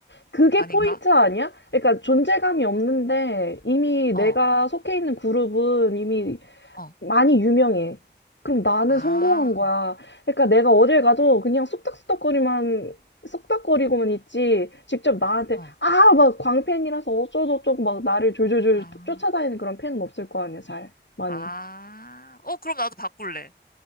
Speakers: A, on the left (about 80°); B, on the left (about 55°).
A: 그게
B: 아닌가?
A: 포인트 아니야? 그러니까 존재감이 없는데 이미
B: 어.
A: 내가 속해 있는 그룹은 이미
B: 어.
A: 많이 유명해. 그럼 나는
B: 아,
A: 성공한 거야. 그러니까 내가 어딜 가도 그냥 쑥닥쑥닥거리만 쑥닥거리고만 있지. 직접 나한테
B: 어.
A: 아, 막 광팬이라서 어쩌고저쩌고 막 나를 졸졸졸
B: 아,
A: 쫓아다니는 그런 팬은 없을 거 아니야, 잘. 많이.
B: 아. 어, 그럼 나도 바꿀래.